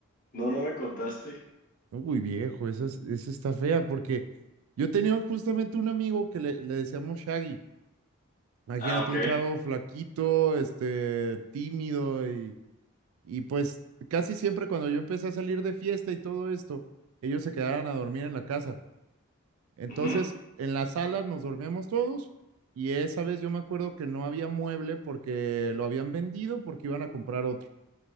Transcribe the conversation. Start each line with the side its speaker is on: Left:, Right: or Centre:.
Left: no, no me contaste.
Right: Uy, viejo, esa, es- esa está fea porque yo tenía justamente un amigo que le, le decíamos Shaggy. Imagínate,
Left: Ah, ok.
Right: un chavo flaquito, este, tímido y Y pues casi siempre cuando yo empecé a salir de fiesta y todo esto, ellos se quedaron a dormir en la casa. Entonces,
Left: Ujú,
Right: en la sala nos dormíamos todos y esa vez yo me acuerdo que no había mueble porque lo habían vendido porque iban a comprar otro.